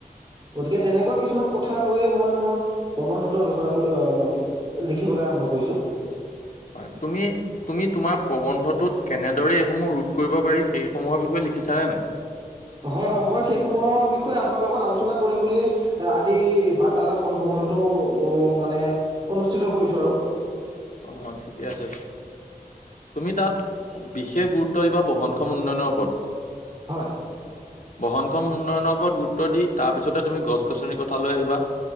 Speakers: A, on the right (about 35°); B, on the left (about 55°).
A: গতিকে তেনেকুৱা কিছুমান কথা লৈয়ে মই মোৰ প্ৰবন্ধটো আলোচনা কৰি আহ লিখিবলৈ আৰম্ভ কৰিছো।
B: হয় তুি তুমি তোমাৰ প্ৰবন্ধটোত কেনেদৰে এইসমূহ ৰোধ কৰিব পাৰি সেইসমূহৰ বিষয়ে লিখিছানে নাই?
A: হয়-হয় মই সেইসমূহৰ বিষয়ে আপোনাৰ লগত আলোচনা কৰিম বুলি আজি বাৰ্তালাপ কথোপকথনো মানে অনুষ্ঠিত কৰিছো আৰু।
B: অ ঠিকে আছে। তুমি তাত বিশেষ গুৰুত্ব দিবা বহনক্ষম উন্নয়নৰ ওপৰত।
A: হয়
B: বহনখন উন্নয়নৰ ওপৰত গুৰুত্ব দি তাৰপিছতে তুমি গছ গছনিৰ কথা লৈ আহিবা।